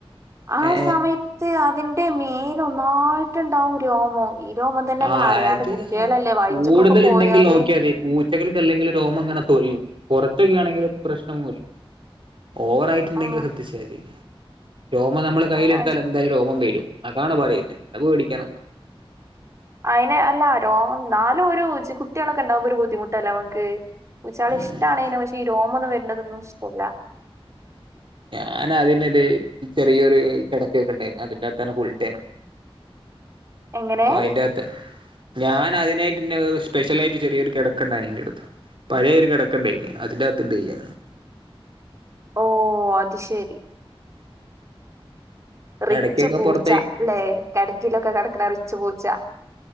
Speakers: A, on the right; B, on the right.
A: ആ
B: ഏ
A: സമയത്ത് അതി ന്റെ മേൽ ഒന്നായിട്ടുണ്ടാവും രോമം ഈ രോമം തന്നെയല്ല
B: ആ
A: അറിയാണ്ട്
B: അത്
A: കുട്ടികളല്ലേ വയറ്റിക്കൊക്കെ
B: കൂടുതൽ
A: പോയാല്
B: ഉണ്ടെങ്കിൽ നോക്കിയാൽ മതി പൂച്ചകൾക്ക് അല്ലെങ്കിലും രോമം അങ്ങനെ കൊഴിയും കുറച്ചൊക്കെ ആണെങ്കിൽ പ്രശ്നവൊന്നുമില്ല ഓവർ ആയിട്ടുണ്ടെങ്കിൽ
A: ആ
B: ശ്രദ്ധിച്ചാ മതി രോമം നമ്മള് കയ്യിലെടുത്താൽ
A: ആ, ഇഷ്-
B: എന്തായാലും രോമം വരും അതാണ് പറയുന്നത് അത് പേടിക്കാനൊന്നുമില്ല
A: അയിനെ അല്ല രോമം എന്നാലും ഒരു കൊച്ച് കുട്ടികളൊക്കെ ഉണ്ടാവുമ്പോ ഒരു ബുദ്ധിമുട്ടല്ലേ നമുക്ക് പൂച്ചാകളെ
B: പേടിക്കാനൊന്നുമില്ല
A: ഇഷ്ടമാണ് ഇതിനെ പക്ഷെ ഈ റോമവൊന്നും വരുന്നതൊന്നും ഇഷ്ടമല്ല
B: ഞാന് അതിനത് ചെറിയൊരു കിടക്കയൊക്കെ ഉണ്ടായിരുന്നു അതിന്റെകത്ത് തന്നെ ഫുൾ ടൈം ഉണ്ടാവും
A: എങ്ങനെ
B: അപ്പോ അയിൻ്റാത്തെ ഞാൻ അതിനായിട്ടെന്നെ <unintelligible> സ്പെഷ്യലായിട്ട് ചെറിയൊരു കെടക്കണ്ടായിന് എന്റടുത്ത് പഴേ ഒരു കെടക്കണ്ടേനി അതിൻ്റാത്ത് <unintelligible>
A: ഓഹ് അതുശരി
B: പിന്നെ
A: റിച്ചു
B: ഇടക്കൊക്കെ
A: പൂച്ച,
B: പുറത്തേക്ക്
A: അല്ലേ കെടക്കയിലൊക്കെ കെടക്കുന്ന റിച്ചുപൂച്ച.